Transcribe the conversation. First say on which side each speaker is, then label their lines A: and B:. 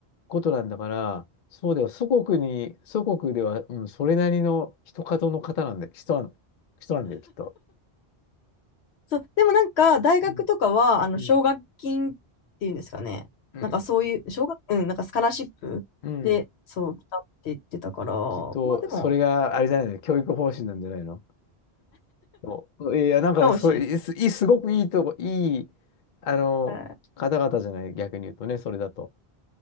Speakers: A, on the left; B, on the left.
A: ことなんだから、そうだよ。祖国に、祖国では、うん、それなりの人角の方なんだ、人なん、人なんだよ、きっと。
B: そう、でもなんか、大学とかは、
A: うん。
B: あの、
A: うん。
B: 奨学金っていうんですかね。
A: うん。
B: なんかそういう、奨学、うん、なんかスカラシップで、
A: うん。
B: そう、来たって言ってたから、
A: きっと、
B: まあでも、
A: それがあれじゃないの、教育方針なんじゃないのそう。いや、なんか、
B: かもしれ
A: そう、いすいいすごくいいとこ、いい、あの、
B: ない。
A: 方々じゃない、逆に言うとね、それだと。